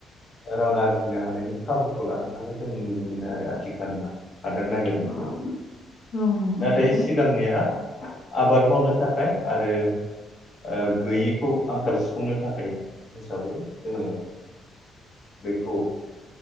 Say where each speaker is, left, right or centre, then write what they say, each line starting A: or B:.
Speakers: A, on the left (about 45°); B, on the left (about 65°).
A: रां आरजिनो हानायनि खाबुखौ लानायखौबो जों नुनो मोनो आरो। आथिखालाव हादान नागिरनायखौ
B: औ नंगौ
A: नाथाय
B: नोंथां
A: सि सिगांनिया आबाद मावनो थाखाय आरो ओ गैयिखौ आंखाल सुफुंनो थाखाय हिसाबै जोङो बेखौ